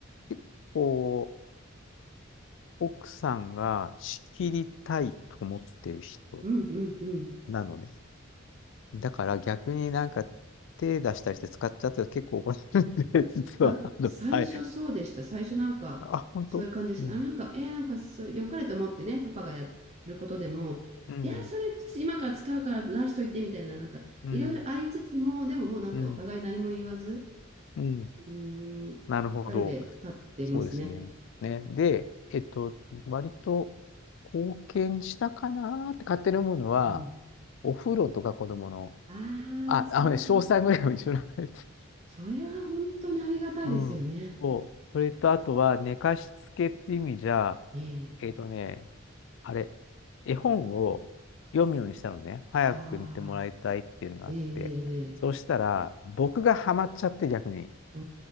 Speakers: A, on the left; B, on the right.
A: 結構、奥さんが仕切りたいと思ってる人
B: うん、うん、うん、うん
A: なのね。だから逆になんか手出したりして使っちゃって結構怒られるんで、<laughs> 実は、
B: まあ、
A: あの、
B: 最初そうでした。
A: はい。
B: 最初なんか、
A: あ、本当うん、
B: そういう感じでした。あ、なんか、えーなんかそう、良かれと思ってね、パパがやることでも、
A: うん、
B: いや、それ今から使うから出しといてみたいな、なんか、
A: うん、
B: いろいろありつつも、でももうなんかお互い何も言わず、
A: うん、うん。
B: うーん、二人で立ってますね。
A: なるほど。そうですね。ね。で、えっと、割と貢献したかなーって勝手に思うのは、
B: うん。
A: お風呂とか子供の、
B: ああ、
A: あ、
B: それは、
A: あのね、詳細ぐらいは一緒なんです。
B: それは本当にありがたいですよね。
A: うん。そう。それとあとは寝かしつけっていう意味じゃ、
B: ええ、
A: えっとね、あれ、絵本を読むようにしたのね。早く見てもらいたいっていうのがあって。
B: はあ、ええ、ええ、
A: そうしたら、僕がハマっちゃって逆に
B: お